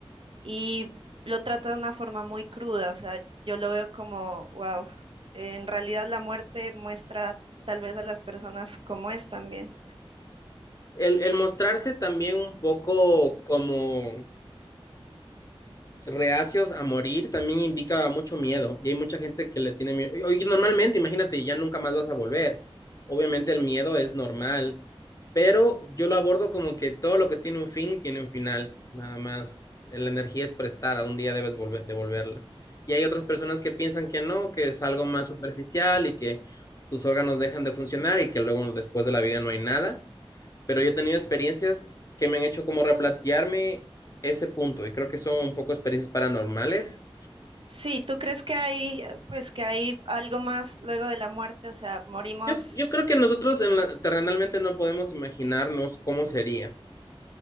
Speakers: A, on the right; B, on the left.
A: Y lo trata de una forma muy cruda, o sea, yo lo veo como, wow, en realidad la muerte muestra tal vez a las personas como es también.
B: El, el mostrarse también un poco como reacios a morir también indica mucho miedo y hay mucha gente que le tiene miedo. Oye, normalmente, imagínate, ya nunca más vas a volver. Obviamente el miedo es normal, pero yo lo abordo como que todo lo que tiene un fin tiene un final, nada más eh, la energía es prestada, un día debes volver, devolverla. Y hay otras personas que piensan que no, que es algo más superficial y que tus órganos dejan de funcionar y que luego después de la vida no hay nada pero yo he tenido experiencias que me han hecho como replantearme ese punto y creo que son un poco experiencias paranormales.
A: Sí, ¿tú crees que hay, eh, pues, que hay algo más luego de la muerte? O sea, morimos.
B: Yo, yo creo que nosotros en la- terrenalmente no podemos imaginarnos cómo sería.